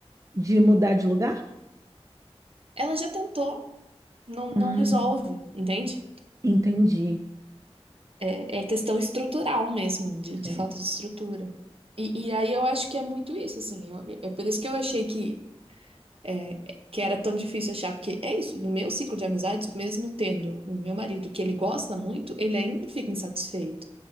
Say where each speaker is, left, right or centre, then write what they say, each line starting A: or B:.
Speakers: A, on the right; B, on the right.
A: de mudar de lugar?
B: Ela já tentou, não, não
A: Hum,
B: resolve, entende?
A: entendi.
B: É, é questão estrutural mesmo, de, de
A: É.
B: falta de estrutura. E, e aí eu acho que é muito isso, assim. eu- é por isso que eu achei que É, que era tão difícil achar, porque é isso, no meu ciclo de amizades, mesmo tendo o meu marido que ele gosta muito, ele ainda fica insatisfeito.